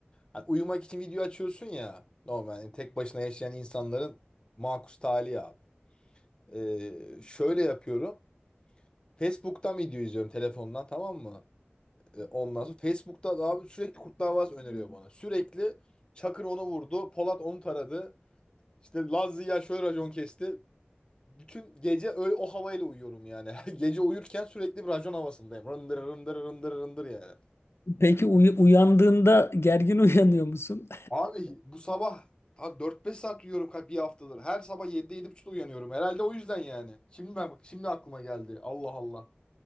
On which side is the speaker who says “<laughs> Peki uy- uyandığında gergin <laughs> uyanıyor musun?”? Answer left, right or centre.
Left